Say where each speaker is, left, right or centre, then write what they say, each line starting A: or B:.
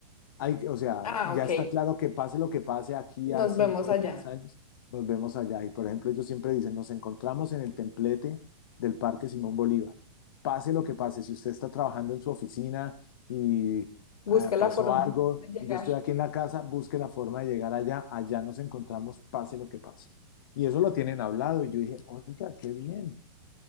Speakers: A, on the left; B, on the left.
A: Hay, que- o sea,
B: Ah,
A: ya
B: ok.
A: está claro que pase lo que pase aquí
B: Nos
A: a 5,
B: vemos
A: o
B: allá.
A: 10 años, nos vemos allá. Y por ejemplo, ellos siempre dicen, nos encontramos en el templete del Parque Simón Bolívar. Pase lo que pase, si usted está trabajando en su oficina y
B: Busca
A: ah,
B: la
A: pasó
B: forma
A: algo
B: de llegar.
A: y yo estoy aquí en la casa, busque la forma de llegar allá, allá nos encontramos, pase lo que pase. Y eso lo tienen hablado y yo dije, oiga, qué bien,